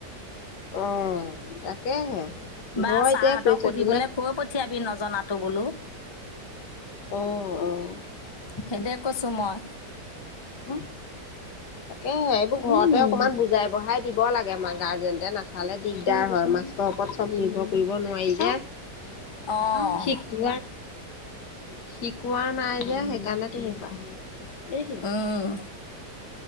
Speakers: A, on the left; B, on the left.
A: অঁ, তাকেহে।
B: বা
A: ঘৰ
B: চাৰহতক
A: এতিয়া কুৱেশ্যনবিলাক
B: সুধিবলৈ কৈ পঠিয়াবি নজনাতো বোলো।
A: অঁ অঁ
B: সেইদ কৈছোঁ মই।
A: আহ। তাকেহে, এইবোৰ ঘৰতে অকমান বুজাই-বঢ়াই দিব লাগে, মা গাৰ্জেনতে নাচালে দিগদাৰ হয়, মাছ তৰ ওপৰত চব নিৰ্ভৰ কৰিব নোৱাৰি যে,
B: অঁ
A: শিক শিকোৱা নাই যে সেইকাৰণে তেনেকুৱাে।
B: উম।